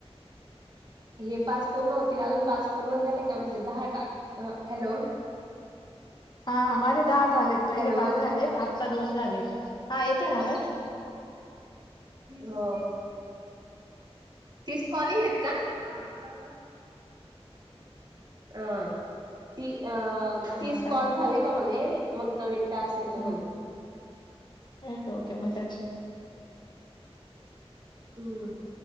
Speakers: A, on the right (about 40°); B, on the left (about 45°).
A: हे पाच पूर्ण होतील अजून पाच पूर्ण झाले का म्हणजे दहा हॅलो
B: हा हा माझे दहा झालेत पहिले
A: हॅलो
B: पाच झालेत आत्ता दोन झालेत हा येतं ना आवाज
A: हो तीच कॉलिंग आहेत काचा अ त ती
B: हा काय
A: कॉल झाले का म्हणे मग नवीन ट ेतो
B: ह
A: म्हणे
B: ओके ओके मग त्या
A: हम्म